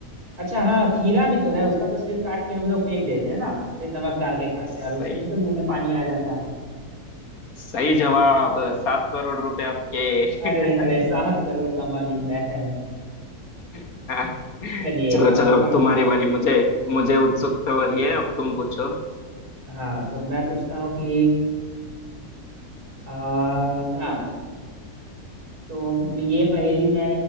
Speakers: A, on the right; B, on the left.
A: अच्छा हाँ खीरा भी तो है उसका तो सिर काट के हम लोग फेंक देते हैं ना फिर नमक डाल के खाते
B: सही
A: हैं और उससे भी तो मुंह में पानी आ जाता है
B: सही जवाब सात करोड़ रुपए आपके <laughs>
A: अरे अरे सात करोड़ का मालिक मैं है
B: <laughs> हाँ,
A: चलिए
B: चलो चलो
A: अब हमारी
B: अब तुम्हारी
A: बारी
B: बारी मुझे मुझे उत्सुकता हो रही है अब तुम पूछो
A: हाँ तो मैं पूछता हूँ कि आ, हाँ तो ये पहेली मैं